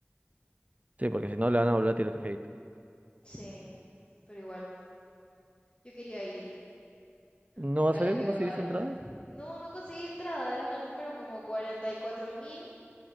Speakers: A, on the right; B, on the left.
A: Sí, porque si no le van a volver a tirar hate.
B: Sí, pero igual, yo quería ir.
A: ¿No
B: Ojalá
A: va a salir?
B: que
A: ¿No conseguiste
B: vaya.
A: entradas?
B: No, no conseguí entrada, era la número como cuarenta y cuatro mil.